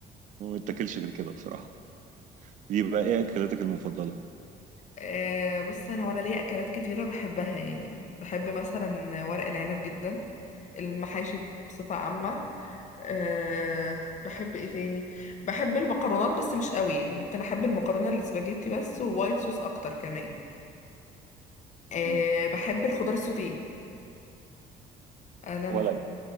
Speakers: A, on the right; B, on the left.
A: هو ما بتاكلش غير كده بصراحه دي بقى ايه اكلاتك المفضله
B: آه بص انا وانا ليا اكلات كتيره بحبها يعني بحب مثلا ورق العنب جدا المحاشي بصفه عامه أه بحب ايه تاني بحب المكرونات بس مش قوي يعني ممكن احب المكرونه الاسباجيتي بس ووايت صوص اكتر كمان أه
A: مم.
B: بحب الخضار السوتيه انا
A: ولد
B: من...